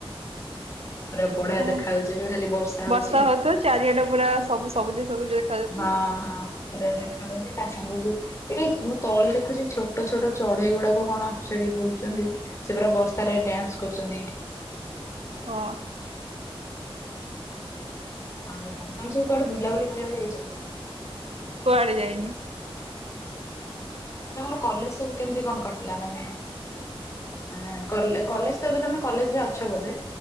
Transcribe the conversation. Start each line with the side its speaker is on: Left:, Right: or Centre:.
Left: ପୁରା ବଢିଆ
Right: ଓ
Left: ଦେଖାଯାଉଛି, ଏବେ ଖାଲି ବର୍ଷା ହଉଛି।
Right: ବର୍ଷା ହଉଥିବ ଚାରିଆଟେ ପୁରା ସବୁ ସବୁଜ ସବୁଜ ଦେଖାଯାଉ
Left: ହଁ ହଁ ପୁରା ଦେଖାହଉଛି ତା ସାଙ୍ଗକୁ ଏଇଟି ମୁଁ ତଳେ ଦେଖୁଛି ଛୋଟ ଛୋଟ ଚଢ଼େଇ ଗୁଡ଼ାକ କଣ ସେଠି ବୁଲୁଚନ୍ତି। ସେ ପୁରା ବର୍ଷାରେ ଡ୍ୟାନ୍ସ କରୁଛନ୍ତି ଏଇଠି।
Right: ହଁ
Left: ଆଉ କଣ ତମେ ସବୁ କୁଆଡେ ବୁଲାବୁଲି କରିବାକୁ ଯାଇଛ?
Right: କୁଆଡେ ଯାଇନି।
Left: ଆଉ ତମର କଲେଜ୍ ସବୁ କେମିତି କଣ କଟିଲା ମାନେ ଆ, ହେଁ କଲେ କଲେଜ୍ ତ ଏବେ ତମେ କଲେଜରେ ଅଛ ବୋଧେ?